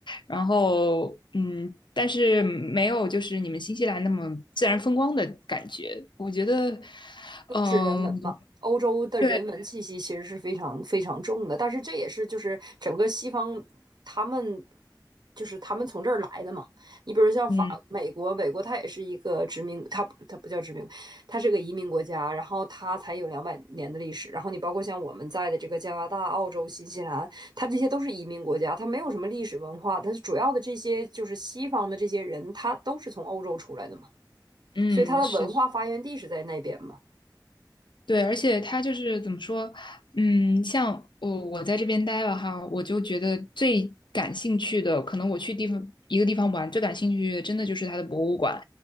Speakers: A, on the left; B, on the right.
A: 然后，嗯，但是没有就是你们新西兰那么自然风光的感觉。我觉得，
B: 更是人文吧，
A: 嗯、
B: 欧洲的人文气息其实是非常非常重的，
A: 对，
B: 但是这也是就是整个西方他们就是他们从这儿来的嘛。你比如像法、
A: 嗯
B: 美国，美国它也是一个殖民，它不它不叫殖民，它是个移民国家，然后它才有两百年的历史。然后你包括像我们在的这个加拿大、澳洲、新西兰，它这些都是移民国家，它没有什么历史文化，它主要的这些就是西方的这些人，他都是从欧洲出来的嘛，
A: 嗯，
B: 所以它的文化发源地是在那边嘛。
A: 是的，对，而且他就是怎么说，嗯，像我我在这边待了哈，我就觉得最感兴趣的，可能我去地方一个地方玩，最感兴趣的真的就是它的博物馆。